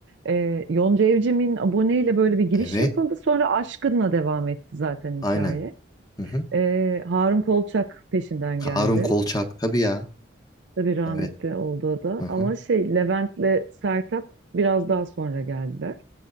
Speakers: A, on the right; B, on the left.
A: Ee, Yonca Evcimik'in aboneyle böyle bir giriş
B: Evet,
A: yapıldı. Sonra Aşkın'la devam etti zaten
B: aynen.
A: hikaye.
B: Hı hı.
A: Ee, Harun Kolçak peşinden
B: Harun
A: geldi.
B: Kolçak tabii ya.
A: Tabii rahmetli
B: Evet.
A: oldu o da.
B: Hı hı.
A: Ama şey Levent'le Sertab biraz daha sonra geldiler.